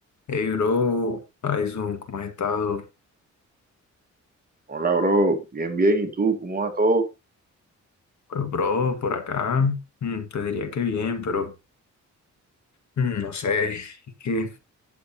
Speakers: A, on the left; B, on the right.
A: Hey, bro, Tyson, ¿cómo has estado?
B: Hola, bro. Bien, bien. ¿Y tú? ¿Cómo va todo?
A: Pues, bro, por acá mm, te diría que bien, pero mm, no sé, es que